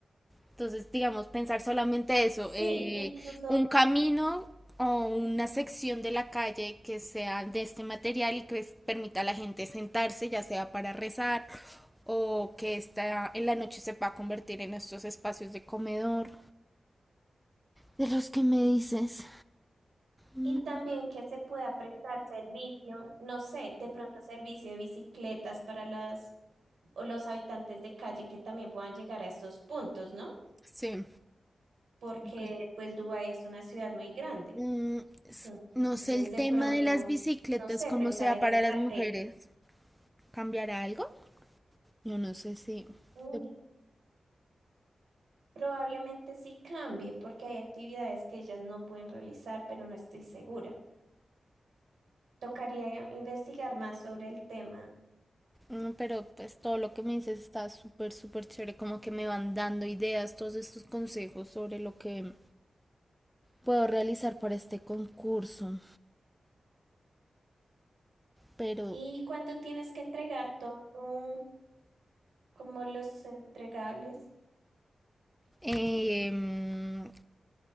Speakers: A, in the centre; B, on the right.
A: Entonces, digamos, pensar solamente eso,
B: Sí,
A: eh,
B: incluso
A: un camino o una sección de la calle que sea de este material y que es- permita a la gente sentarse, ya sea para rezar o que esta, en la noche se pueda convertir en estos espacios de comedor. De los que me dices. Mm,
B: Y también que se pueda prestar servicio, no sé, de pronto servicio de bicicletas para las o los habitantes de calle que también puedan llegar a estos puntos, ¿no?
A: Sí,
B: Porque
A: ok.
B: pues Dubái es una ciudad muy grande.
A: Mm, s-
B: Entonces,
A: no sé, el
B: de
A: tema
B: pronto,
A: de las bicicletas,
B: no sé,
A: cómo
B: pensar
A: sea
B: en
A: para
B: estrategia.
A: las mujeres, ¿cambiará algo? Yo no sé si...
B: Uy,
A: yo-
B: probablemente sí cambie porque hay actividades que ellas no pueden realizar, pero no estoy segura. Tocaría investigar más sobre el tema.
A: mm, Pero pues todo lo que me dices está súper, súper chévere, como que me van dando ideas, todos estos consejos sobre lo que puedo realizar para este concurso. Pero
B: ¿Y cuándo tienes que entregar todo? como los entregables.
A: em,